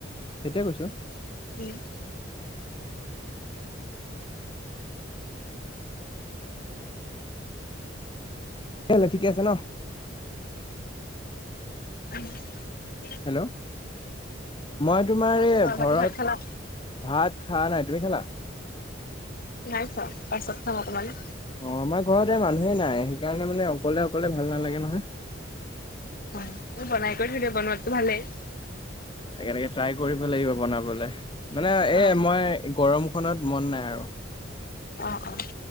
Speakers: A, on the left; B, on the left.
A: সেইটোয়ে কৈছো
B: উম'।
A: <unintelligible> ঠিকে আছে ন।
B: উম।
A: হেল্ল', মই তোমাৰ
B: অ
A: এই
B: খোৱা
A: ঘৰত
B: বাকী ভাত খালা
A: ভাত খা নাই, তুমি খালা?
B: নাই খোৱা পাছত খাম অকমান।
A: অ', আমাৰ ঘৰত এই মানুহে নাই সেইকাৰণে মানে অকলে অকলে ভাল নালাগে নহয়।
B: অ', তই বনাই কৰি থৈ দে, বনোৱাতো ভালেই।
A: এনেকে এনেকে ট্ৰাই কৰিব লাগিব বনাবলে মানে
B: অ
A: এ মই গৰমখনত মন নাই আৰু।
B: অ', অ'।